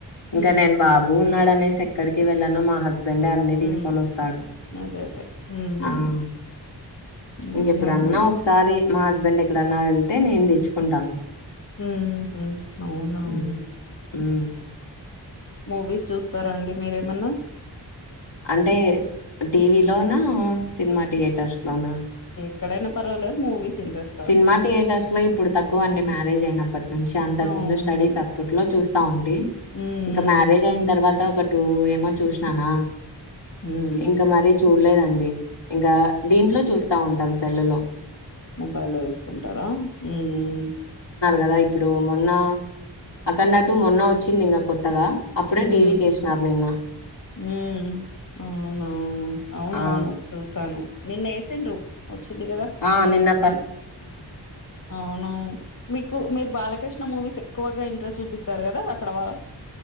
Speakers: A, on the left; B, on the left.
A: హ్మ్.
B: ఇంకా నేను బాబు ఉన్నాడు అనేసి ఎక్కడికి వెళ్ళాను మా హస్బెండ్. బెండే అన్ని
A: హ్మ్.
B: తీసుకొని వస్తాడు
A: అదే. అదే. హ్మ్.
B: ఆహ్ ఇంకెప్పుడన్నా
A: అవునా!
B: ఒకసారి మా హస్బెండ్ ఎక్కడన్నా వెళ్తే నేను తెచ్చుకుంటాను.
A: ఉమ్ ఉమ్ అవునా
B: హ్మ్.
A: ఉమ్.
B: హ్మ్.
A: మూవీస్ చూస్తారాండి మీరేమన్నా.
B: అంటే టీవీ లోనా సినిమా థియేటర్స్ లోనా.
A: ఇక్కడైనా పర్వాలేదు మూవీస్. ఇంట్రెస్టా?
B: సినిమా థియేటర్స్ లో ఇప్పుడు తక్కువ అండి మ్యారేజ్ అయినప్పటి నుంచి అంతకు
A: అవును.
B: ముందు స్టడీస్ అప్పుట్లో చూస్త. వస్తా ఉంటే
A: హ్మ్.
B: ఇంకా
A: హ్మ్.
B: మ్యారేజ్ అయిన తర్వాత ఒక టూ ఏమో చూసినానా.
A: హ్మ్.
B: ఇంకా మరీ చూడలేదండి ఇంకా దీంట్లో చూస్తా ఉంటాం. సెల్లులో.
A: మొబైల్లో చూస్తుంటారా ఉమ్.
B: కదా ఇప్పుడు మొన్న అక్కడ అటు మొన్న వచ్చింది ఇంకా కొత్తగా. అప్పుడే
A: ఉమ్
B: టీవీకేసినారు నిన్న.
A: ఉమ్ అవును. ఆహ్ అవునవును
B: ఆ!
A: చూసాను నిన్న వేసిండ్రు. వచ్చింది కదా
B: ఆ! నిన్న
A: మూవీ అవును మీకు మీరు బాలకృష్ణ. మూవీస్ ఎక్కువగా ఇంట్రెస్ట్ చూపిస్తారు కదా అక్కడ వా